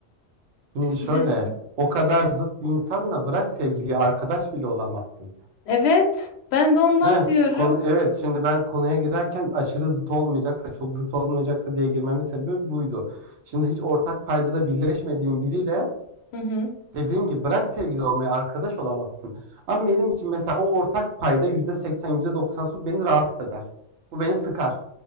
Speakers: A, on the right (about 70°); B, on the left (about 65°).
A: Şimdi şöyle
B: <laughs> İşte
A: o kadar zıt bir insanla bırak sevgiliyi arkadaş bile olamazsın.
B: evet ben de ondan
A: He,
B: diyorum.
A: konu evet şimdi ben konuya girerken aşırı zıt olmayacaksa çok zıt olmayacaksa diye girmemin sebebi buydu. Şimdi hiç ortak paydada birleşmediğin biriyle
B: Hı hı,
A: dediğim gibi bırak sevgili olmayı arkadaş olamazsın. Ama benim için mesela o ortak payda yüzde seksen yüzde doksan su beni rahatsız eder. Bu beni sıkar.